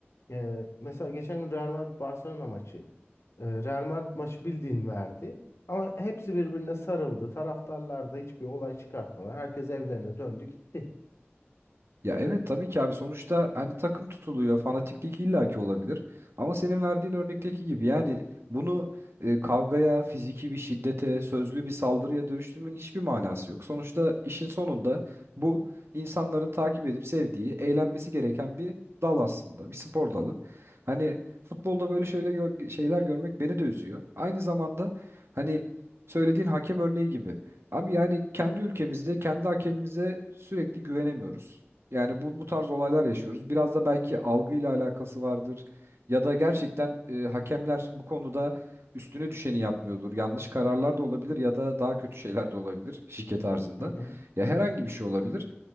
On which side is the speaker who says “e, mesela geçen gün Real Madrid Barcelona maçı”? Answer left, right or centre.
Left